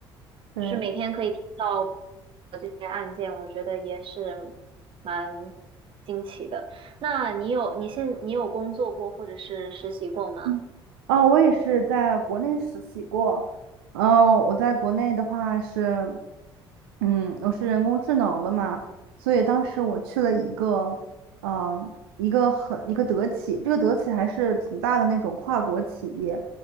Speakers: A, on the right; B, on the right.
A: 对。
B: 就是每天可以听到这些案件，我觉得也是蛮惊奇的。那你有你现你有工作过或者是实习过吗？
A: 嗯哦，我也是在国内实习过。嗯、我在国内的话是，嗯，我是人工智能的嘛，所以当时我去了一个，呃，一个很一个德企，这个德企还是挺大的那种跨国企业，